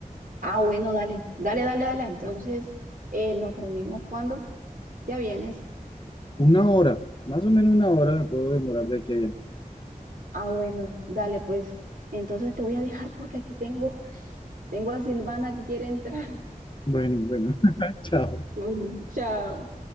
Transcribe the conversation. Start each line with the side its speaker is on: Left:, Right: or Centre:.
Right: Ah, bueno, dale, dale, dale, dale. Entonces, eh, nos reunimos cuando ya vienes.
Left: Una hora, más o menos una hora me puedo demorar de aquí a allá.
Right: Ah, bueno, dale, pues. Entonces te voy a dejar porque aquí tengo, tengo a Silvana que quiere entrar. <laughs>
Left: Bueno, bueno, <laughs> chao.
Right: Bueno, chao.